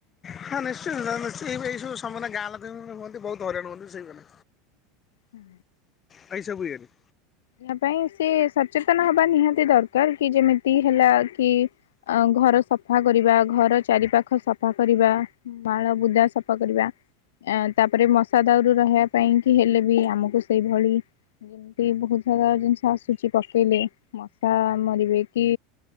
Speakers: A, on the left; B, on the left.
A: ହଁ ନିଶ୍ଚୟ ସେଟା ନିଶ୍ଚୟ ଏଇ ବୁ ଏଇବ ସବୁ ସମନା ଗାଁ ଲୋକ ବି ମନେ ହୁଅନ୍ତି ବହୁତ ହଇରାଣ ହୁଅନ୍ତି ସେଇମାନେ।
B: ହଁ।
A: ପାଇଁ ସେ ହୁଏନି।
B: ଏହା ପାଇଁ ସେ ସଚେତନ ହବା ନିହାତି ଦରକାର କି ଯେମିତି ହେଲା କି ଅ ଘର ସଫା କରିବା ଘର ଚାରି ପାଖ ସଫା କରିବା। ମାଳ ବୁଦା ସଫା କରିବା। ୟାଁ ତାପରେ ମଶା ଦାଉରୁ ରହିବା ପାଇଁ କି ହେଲେ ବି ଆମୁକୁ ସେଇଭଳି ଯେମତି ବହୁତ ସାରା ଜିନିଷ ଆସୁଚି ପକେଇଲେ ମଶା ମରିବେ କି